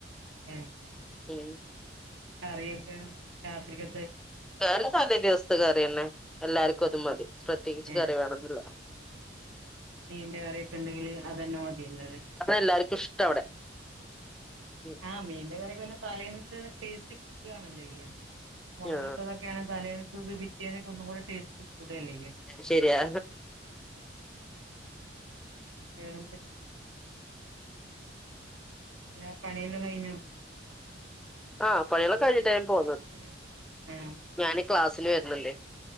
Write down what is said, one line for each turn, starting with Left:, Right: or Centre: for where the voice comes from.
Right: എ.
Centre: ഏ?
Right: കറിയൊക്കെ രാത്രികക്
Centre: കറി താലേ ദിവസത്തെ കറിയെന്നെ. എല്ലാര്ക്കും അത് മതി. പ്രത്യേകിച്ച്
Right: ഏഹ്
Centre: കറി വേണന്നില്ല.
Right: മീന്റെ കറിയൊക്കെ ണ്ടെങ്കില് അതന്നെ മതില്ലോല്ലെ?
Centre: അതാ എല്ലാർക്കും ഇഷ്ടം അവിടെ ഉം
Right: ആഹ മീന്റെ കറി പിന്നെ തലേന്നത്തെ ടേസ്റ്റ് കൂടണല്ലോ ചെയ്യാ. മൊളകി
Centre: ആ
Right: ട്ടതൊക്കെയാണ് തലേന്ന ത്തത് പിറ്റിയേന്നക്ക് ഒന്നൂടെ ടേസ്റ്റ്. കൂടല്ല
Centre: ശരിയാ
Right: <inaudible> അല്ല പണിയെല്ലാം കഴിഞ്ഞു
Centre: ആഹ്! പണികളൊെ കഴിഞ്ഞിട്ടായ പോന്നത്
Right: കഴിഞ്ഞ് ആഹ്
Centre: ഞാന് ക്ലാസ്സില് വരുന്നുണ്ട്